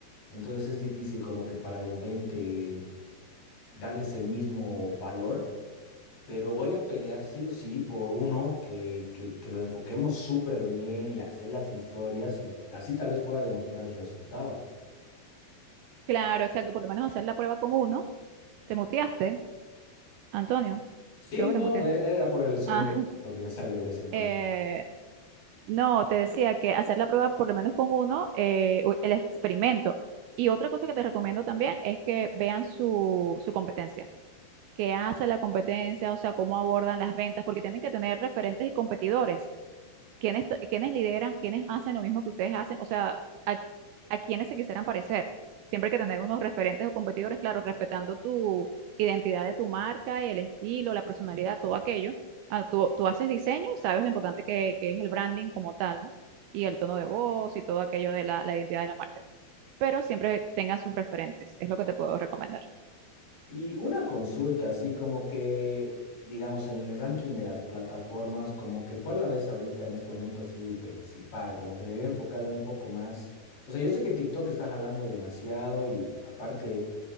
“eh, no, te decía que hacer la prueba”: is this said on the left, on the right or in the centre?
Right